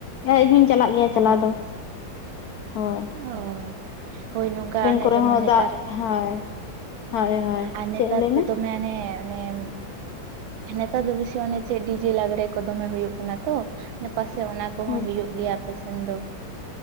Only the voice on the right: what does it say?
ᱚ
ᱚ, ᱦᱳᱭ ᱱᱚᱝᱠᱟ ᱚᱱᱮ
ᱡᱮᱢᱚᱱ
ᱱᱮᱛᱟᱨ
ᱟᱨ ᱱᱮᱛᱟᱨ
ᱫᱚ
ᱫᱚᱢᱮ ᱚᱱᱮ ᱚᱱᱮ ᱱᱮᱛᱟᱨ ᱫᱚ ᱵᱮᱥᱤ ᱚᱱᱮ ᱪᱮᱫ ᱰᱤᱡᱮ ᱞᱟᱜᱽᱲᱮ ᱠᱚ ᱫᱚᱢᱮ ᱦᱩᱭᱩᱜ ᱠᱟᱱᱟ ᱛᱚ? ᱯᱟᱥᱮᱡ ᱚᱱᱟ ᱠᱚᱦᱚᱸ
ᱦᱩᱭᱩᱜ ᱜᱮᱭᱟ ᱟᱯᱮ ᱥᱮᱱ ᱫᱚ?